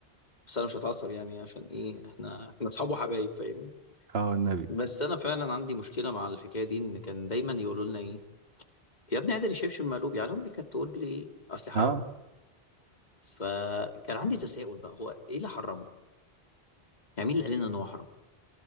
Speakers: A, on the left; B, on the right.
A: بس انا مش هتعصب يعني عشان ايه احنا احنا اصحاب وحبايب فاهمني
B: اه النبي
A: بس انا فعلا عندي مشكلة مع الحكاية دي ان كان دايما يقولوا لنا ايه يا ابني قادر الشبشب مقلوب يعني امي كانت تقول لي اصل حرام
B: اه
A: فكان عندي تساؤل بقى هو ايه اللي حرمه يعني مين اللي قال لنا ان هو حرام